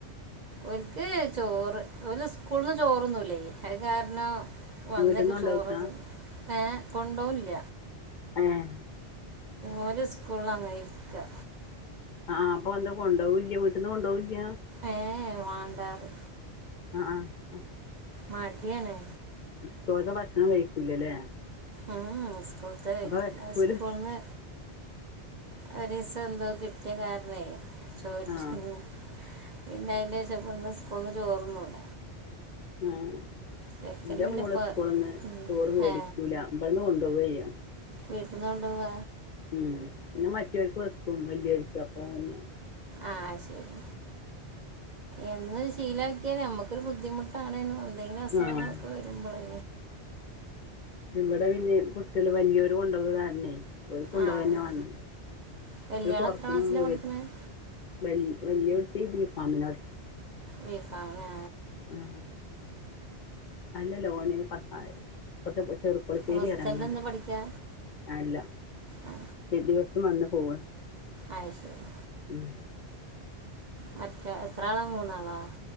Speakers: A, on the right (about 50°); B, on the left (about 50°).
A: ഓൽക്ക് ചോറ് ഓല് സ്കൂൾന്ന് ചോറ്ന്നൂലേ അഹ് കാര്ണം. വന്നേക്ക്
B: വീട്ടിന്ന് കൊണ്ടോക്കാ
A: ചോറ തിന്ന ഏഹ് കൊണ്ടോല്ല.
B: ഏഹ്.
A: ഓല് സ്കൂൾലങ്ങനെ ഇര്ക്ക.
B: ആഹ് പ്പൊ എന്ത കൊണ്ടവൂല്ല്യ വീട്ട്ന്ന് കൊണ്ടവൂല്ല.
A: ഏഹ് എ വാണ്ടാറി.
B: അ ആഹ് അ.
A: മട്യാണ്.
B: സ്കൂൾത്തെ ഭക്ഷണം കഴിക്കുല്ല ലേ.
A: ആഹ് അ സ്കൂൾത്തെ കഴിക്കു
B: വെശക്കൂല
A: അ സ്കൂൾന്ന്. ഒരീസെന്തോ കിട്ട്യ കാര്ണേ ചോറ്റ്ന്ന്.
B: ആഹ്
A: പിന്നയ്ൻ്റേഷപ്പന്ന് സ്കൂൾന്ന് ചോറ്ന്നൂല.
B: ആഹ്
A: ചെക്കന്
B: ന്റെ
A: പിന്നെ
B: മോള്
A: പോ
B: സ്കൂള്ന്ന്
A: ഇല്ല.
B: ചോറ് വേടിക്ക്യൂല
A: ഏ
B: ബട്ന്ന് കൊണ്ടൊവൊയ്യ.
A: വീട്ട്ന്നൊണ്ടോവ.
B: ഉം ന്നെ മറ്റോൽക്ക് വെക്കും വല്യോര്ക്ക് അപ്പ ന്നെ.
A: ആഹ് ശരി എന്ന് ശീലാക്ക്യാല് നമ്മക്കൊരു ബുദ്ധിമു ട്ടാണേനു എന്തെങ്കിലു അസുഖങ്ങളൊക്കെ
B: ആഹ്
A: വരുമ്പളെ.
B: ഇവടെ പിന്നെ കുട്ട്യള് വല്ല്യൊരു കൊണ്ടോക കാര്ണേ. ഓൽക്ക്‌ കൊണ്ടോവന്നെ
A: ആ ആ.
B: വണന്ന്
A: വലിയ
B: ഓ ല്
A: ആൾ
B: പൊറത്തന്നൊന്നും
A: എത്ര ക്ലാസ്സിലാണ്
B: വേട്
A: പഠിക്കുന്നത്
B: വൽ വല്യേ കുട്ടി ടബീ ഫാമിനാ പടി
A: ബി ഫാമിനാ..
B: ആഹ് അല്ലലോന് <unintelligible> പുളശ്ശേരി
A: ഹോസ്റ്റലിൽ
B: റങ്ങണ്ട്
A: നിന്ന് പഠിക്കുക
B: അല്ല
A: ആ
B: ദി ദിവസം വന്ന് പോവ
A: അയ് ശരി
B: ഉം
A: മറ്റെ എത്ര ആളാ മൂന്നാളോ